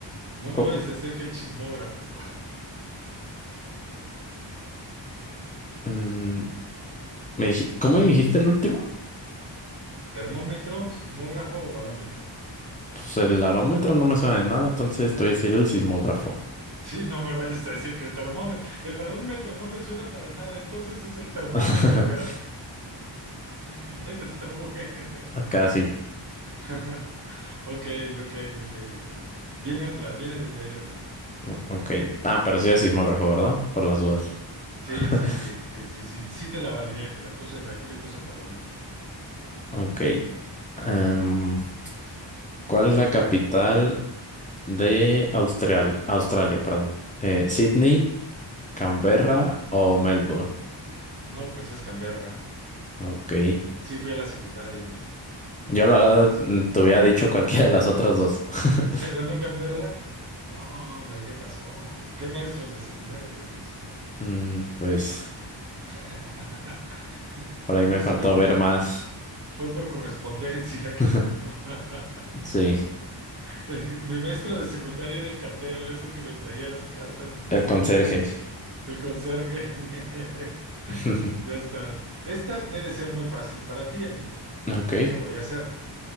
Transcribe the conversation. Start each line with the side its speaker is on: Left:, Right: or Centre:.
Right: No me
Left: co-
Right: vayas a decir que el chismógrafo.
Left: mm, me dij- ¿cómo me dijiste el último?
Right: ¿Termómetro, sismógrafo o barómetro? <laughs>
Left: Pues el arómetro no me suena de nada, entonces estoy a decir el sismógrafo.
Right: Sí, no me vayas a decir que el termómetro, el barómetro no me suena para nada, entonces es el termómetro
Left: <laughs>
Right: que... <laughs> Eso está bueno.
Left: Acá sí.
Right: <laughs> Ok, ok, ok, amigo. Viene otra, viene desde ahí otra.
Left: Mm, Ok. Ah, pero sí es sismógrafo, ¿verdad? Por las dudas.
Right: Sí,
Left: <laughs>
Right: sí, sí, sí, sí, sí, sí te la validé, te la puse, aquí le puse palomita.
Left: Ok. Em, ¿cuál es la capital de Austral- Australia? Perdón. Eh, ¿Sydney, Canberra o Melbourne?
Right: No, pues es Canberra.
Left: Ok.
Right: Sí fui a la secundaria, amigo.
Left: Yo la
Right: Sí
Left: verdad
Right: fui a la secundaria.
Left: mm, te hubiera dicho cualquiera de las otras dos. <laughs>
Right: <laughs> Pero no Canberra. No, hombre, ¿qué pasó? ¿Qué maestros de secundaria tuviste?
Left: Mm, pues
Right: <laughs>
Left: por ahí me
Right: Es-
Left: faltó
Right: Fue,
Left: ver más.
Right: fue por correspondencia, cabrón.
Left: <laughs>
Right: <laughs>
Left: Sí,
Right: Eh, Mi maestro de secundaria era el cartero, era el que me traía las cartas y los
Left: el
Right: libros,
Left: conserje.
Right: cabrón. El conserje. <laughs>
Left: <laughs>
Right: Ya estás. Esta debe ser muy fácil para ti, amigo,
Left: Ok,
Right: y te la voy a hacer.